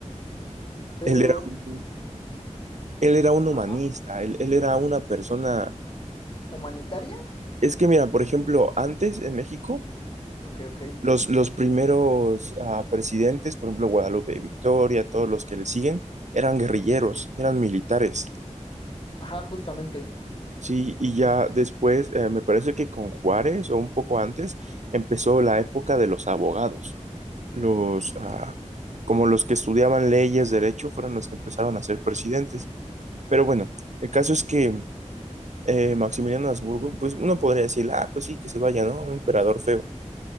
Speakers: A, on the left (about 45°); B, on the right (about 70°).
A: Pero,
B: él era un Él era un humanista,
A: ajá,
B: él, él era una persona...
A: ¿humanitaria?
B: Es que mira, por ejemplo, antes en México,
A: Ok, ok.
B: los, los primeros ah, presidentes, por ejemplo, Guadalupe Victoria, todos los que le siguen, eran guerrilleros,
A: Sí, sí, sí.
B: eran militares.
A: Ajá, justamente.
B: Sí, y ya después, eh, me parece que con Juárez o un poco antes, empezó la época de los abogados. Los, ah, como los que estudiaban leyes, derecho, fueron los que empezaron a ser presidentes. Pero bueno, el caso es que eh, Maximiliano Habsburgo, pues uno podría decir, ah, pues sí, que se vaya, ¿no? Un emperador feo.